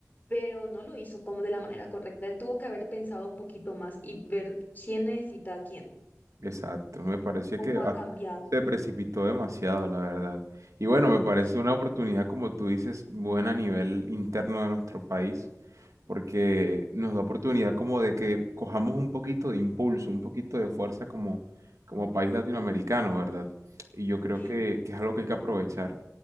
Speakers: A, on the left (about 35°); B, on the right (about 75°).
A: pero no lo hizo como de la manera correcta. Él tuvo que haber pensado un poquito más y ver quién necesita a quién,
B: Exacto, me parecía
A: cómo
B: que a-
A: ha cambiado.
B: se precipitó demasiado, la verdad. Y bueno, me parece
A: Sí,
B: una oportunidad, como tú dices, buena a nivel interno de nuestro país porque nos da oportunidad como de que cojamos un poquito de impulso, un poquito de fuerza como, como país latinoamericano, ¿verdad? Y yo creo
A: sí,
B: que, que es algo que hay que aprovechar,